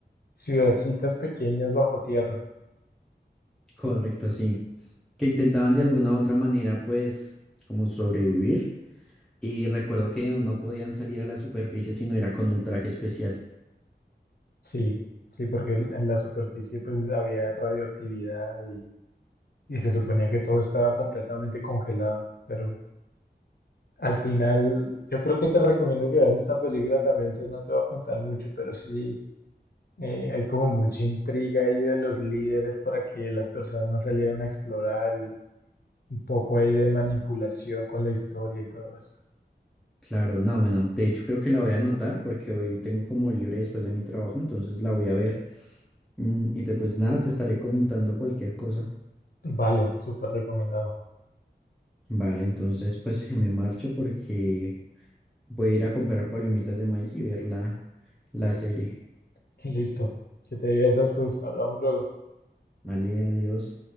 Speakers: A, on the left; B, in the centre.
A: ciudadcitas pequeñas bajo tierra.
B: correcto, sí, que intentaban de alguna u otra manera, pues, como sobrevivir. Y recuerdo que no podían salir a la superficie si no era con un traje especial.
A: Sí, sí, porque en la superficie pues había radioactividad y, y se suponía que todo estaba completamente congelado, pero al final yo creo que te recomiendo que veas esta película también, entonces no te voy a contar mucho, pero sí Eh, hay como mucha intriga ahí de los líderes para que las personas no salieran a explorar y un poco ahí de manipulación con la historia y todo esto.
B: Claro, no, bueno, de hecho creo que la voy a anotar porque hoy tengo como libre después de mi trabajo, entonces la voy a ver. Mm, Y te pues nada, te estaré comentando cualquier cosa.
A: Vale, súper recomendado.
B: Vale, entonces pues <laughs> me marcho porque voy a ir a comprar palomitas de maíz y ver la, la serie.
A: <laughs> Listo. Que te diviertas, pues hablamos luego.
B: Vale, adiós.